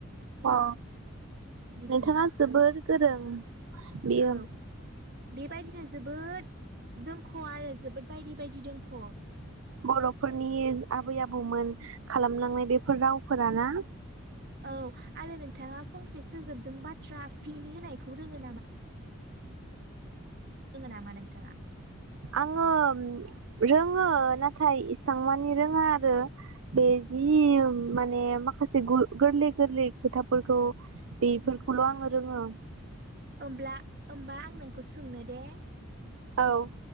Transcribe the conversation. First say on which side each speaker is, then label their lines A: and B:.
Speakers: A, on the right (about 65°); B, on the right (about 45°).
A: अ
B: बिदि
A: नोंथाङा जोबोर गोरों बियो
B: औ बेबायदिनो जोबोद दोनख' आरो जोबोद बायदि बायदि दोख'
A: बर'फोरनि आबै आबौमोन खालामलांनाय बेफोर रावफोरा ना
B: औ आरो नोंथाङा फंसे सोदोबजों बाथ्रा फिन होनायखौ रोङो नामा नोंथाङा?
A: आङो रोङो नाथाय इसां मानि रोङा आरो बे जि माने माखासे गु गोरलै गोरलै खोथाफोरखौ बेफोरखौल' आङो रोङो।
B: ओब्ला ओमबा आं नोंखो सोंनो दे?
A: औ